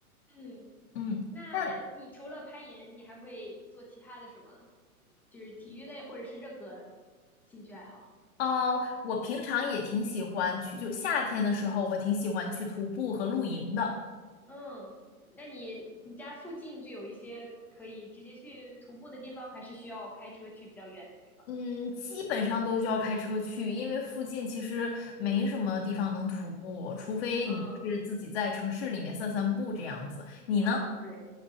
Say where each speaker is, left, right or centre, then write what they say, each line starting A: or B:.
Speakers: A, in the centre; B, on the left.
A: 嗯，
B: 嗯。
A: 那你除了攀岩，
B: 那
A: 你还会做其他的什么？就是体育类或者是任何兴趣爱好？
B: 哦，我平常也挺喜欢去，就夏天的时候，我挺喜欢去徒步和露营的。
A: 嗯，那你你家附近就有一些可以直接去徒步的地方，还是需要开车去比较远的地方？
B: 嗯，基本上都需要开车去，因为附近其实没什么地方能徒步，除非你就是自己在城市里面散散步这样子。
A: 嗯
B: 你呢？
A: 嗯，对。